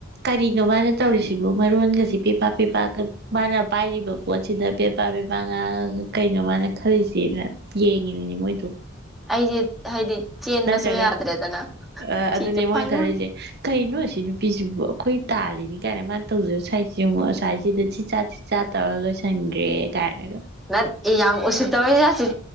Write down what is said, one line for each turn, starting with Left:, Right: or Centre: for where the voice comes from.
Right: ꯀꯔꯤꯅꯣ ꯃꯥꯅ ꯇꯧꯔꯤꯁꯤꯕꯨ ꯃꯔꯣꯟꯒꯁꯤ ꯄꯦꯄꯥꯛ ꯄꯦꯄꯥꯀ ꯃꯥꯅ ꯄꯥꯏꯔꯤꯕ ꯄꯣꯠ ꯁꯤꯗ ꯄꯕꯦꯕꯥ ꯄꯕꯦꯕꯥ ꯉꯥ ꯀꯩꯅꯣꯃꯥꯏꯅ ꯈꯜꯂꯤꯁꯤꯅ ꯌꯦꯡꯉꯤꯕꯅꯦ ꯃꯣꯏꯗꯣ
Centre: ꯑꯩꯁꯦ ꯍꯥꯏꯗꯤ ꯆꯦꯟꯕꯁꯨ
Right: ꯅꯠꯇ꯭ꯔꯒ
Centre: ꯌꯥꯗ꯭ꯔꯦꯗꯅ
Right: ꯑ
Centre: ꯁꯤꯁꯦ
Right: ꯑꯗꯨꯅꯦ ꯃꯣꯏꯅ
Centre: ꯄꯥꯏꯔ
Right: ꯈꯜꯂꯤꯁꯦ ꯀꯩꯅꯣ ꯁꯤ ꯅꯨꯄꯤꯁꯤꯕꯨ ꯑꯩꯈꯣꯏ ꯇꯥꯜꯂꯤꯅꯤ ꯀꯥꯏꯅ ꯃꯥꯅ ꯇꯧꯖꯔ ꯁ꯭ꯥꯏꯏꯁꯦ ꯌꯦ ꯑꯃꯉꯛ ꯁꯁꯥꯏꯏꯁꯤꯗ ꯆꯤꯠ ꯆꯥ ꯆꯤꯠ ꯆꯥ ꯇꯧꯔ ꯂꯣꯏꯁꯤꯟꯈ꯭ꯔꯦ ꯀꯥꯏꯅꯒ
Centre: ꯅ ꯑꯦ ꯌꯥꯝ ꯎꯁꯤꯠꯇꯕ ꯍꯖꯥꯛꯠꯁꯤꯦ